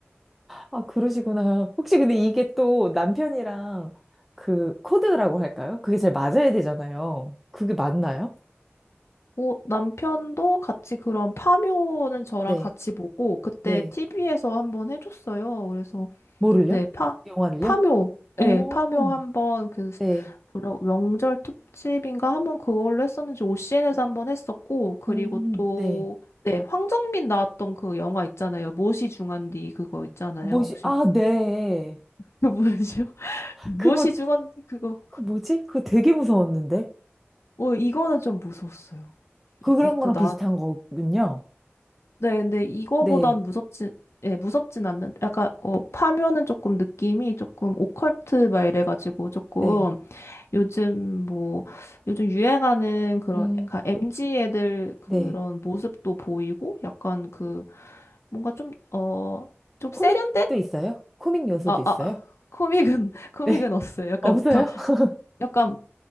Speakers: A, in the centre; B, on the left.
A: 아, 그러시구나. 혹시 근데 이게 또 남편이랑 그 코드라고 할까요? 그게 잘 맞아야 되잖아요. 그게 맞나요?
B: 오, 남편도 같이 그런 파묘는 저랑
A: 네,
B: 같이 보고, 그때
A: 네.
B: TV에서 한번 해줬어요. 그래서
A: 뭐를요?
B: 네, 파,
A: 영화를요?
B: 파묘.
A: 어,
B: 네, 파묘 한번 그 스-
A: 네.
B: 뭐라- 명절 특집인가 한번 그걸로 했었는지 OCN에서 한번 했었고 그리고
A: 음,
B: 또
A: 네.
B: 네, 황정민 나왔던 그 영화 있잖아요. 무엇이 중한디 그거 있잖아요.
A: 뭐지?
B: 혹시
A: 아, 네.
B: 그 뭐죠? <laughs> 무엇이
A: 그거,
B: 중한디 그거.
A: 그 뭐지? 그거 되게 무서웠는데.
B: 어, 이거는 좀 무서웠어요.
A: 그-
B: 이,
A: 그런
B: 이거
A: 거랑
B: 나왔던.
A: 비슷한 거군요.
B: 네, 근데 이거보단
A: 네,
B: 무섭진 예, 무섭진 않는데 약간 어 파묘는 조금 느낌이 조금 오컬트 막 이래 가지고 조금
A: 네,
B: 요즘 뭐 요즘 유행하는 그런
A: 음,
B: 약간 m g 애들 그런
A: 네.
B: 모습도 보이고 약간 그 뭔가 좀 어 좀
A: 코믹도
B: 세련된
A: 있어요? 코믹 요소도
B: 아
A: 있어요?
B: 아 코믹은 <laughs> 코믹은
A: 네.
B: 없어요.
A: <laughs>
B: 약간
A: 없어요?
B: 다
A: <laughs>
B: 약간